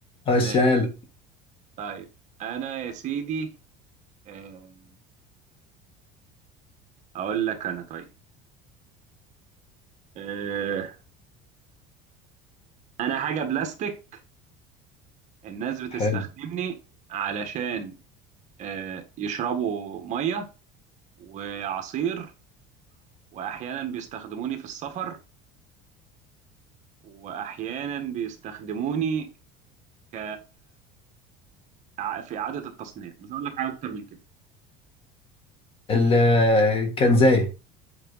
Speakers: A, on the left; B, on the right.
A: همشيها
B: ماشي
A: لك
B: طيب أنا يا سيدي آه، هقول لك أنا طيب آه، انا حاجه بلاستيك الناس بتستخدمني
A: حلو
B: علشان آه، يشربوا ميه وعصير واحيانا بيستخدموني في السفر واحيانا بيستخدموني ك ع- في اعاده التصنيع مش هقول لك حاجه اكتر من كده
A: ال- كان زي